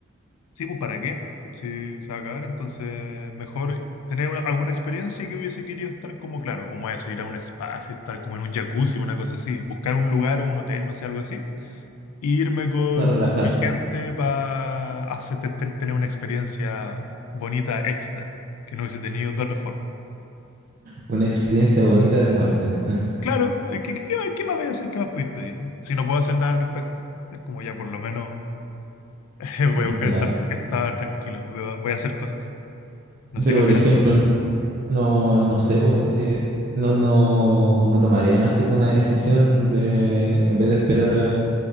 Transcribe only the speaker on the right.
para relajarte.
Una experiencia bonita de muerte. <laughs>
Mm,
Claro.
Pero
por
ejemplo,
no, no, no sé, pon- eh, no, no, no tomarían así como una decisión de, en vez de esperar a,